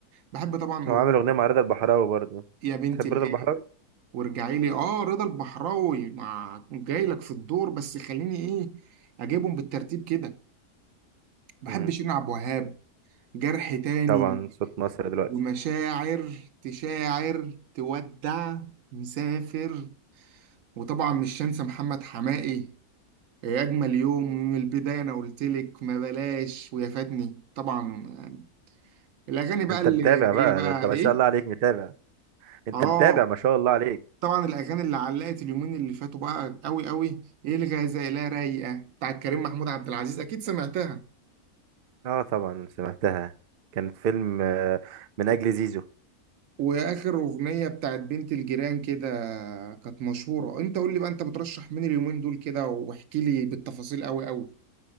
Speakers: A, on the right; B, on the right.
A: بحب طبعا أغنية
B: هو عامل اغنية مع رضا البحراوي برضه
A: يا بنت
B: تحب
A: الإيه
B: رضا البحراوي
A: وارجعي لي آه رضا البحراوي مع جاي لك في الدور بس خليني إيه أجيبهم بالترتيب كده بحب
B: مم.
A: شيرين عبد الوهاب جرح تاني
B: طبعا صوت مصر دلوقتي
A: ومشاعر تشاعر تودع مسافر وطبعا مش هنسى محمد حماقي يا أجمل يوم ومن البداية أنا قلت لك ما بلاش ويا فاتني طبعا الأغاني بقى
B: انت
A: اللي
B: متابع بقى
A: هي بقى
B: ده انت ما
A: إيه؟
B: شاء الله عليك متابع انت
A: آه
B: متابع ما شاء الله عليك
A: طبعا الأغاني اللي علقت اليومين اللي فاتوا بقى قوي قوي إيه الغزالة رايقة بتاعت كريم محمود عبد العزيز أكيد سمعتها
B: اه طبعا سمعتها كانت فيلم آه، من اجل زيزو
A: واخر اغنيه بتاعت بنت الجيران كده كانت مشهوره انت قول لي بقى انت بترشح مين اليومين دول كده واحكي لي بالتفاصيل قوي قوي